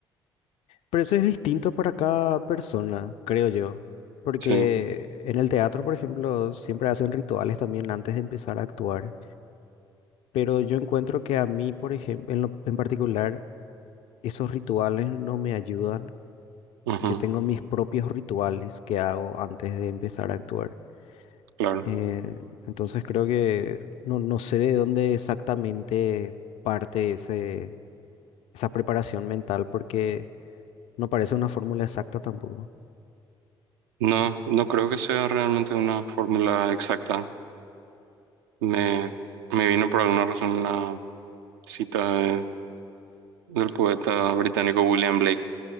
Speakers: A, on the left (about 55°); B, on the right (about 75°).
A: Pero eso es distinto para cada persona, creo yo. Porque
B: Sí,
A: en el teatro, por ejemplo, siempre hacen rituales también antes de empezar a actuar. Pero yo encuentro que a mí, por ejemplo, en lo- en particular, esos rituales no me ayudan.
B: ujú,
A: Yo tengo mis propios rituales que hago antes de empezar a actuar.
B: claro.
A: Eh, entonces creo que no, no sé de dónde exactamente parte ese, esa preparación mental, porque No parece una fórmula exacta tampoco.
B: No, no creo que sea realmente una fórmula exacta. Me, me vino por alguna razón una cita de- del poeta británico William Blake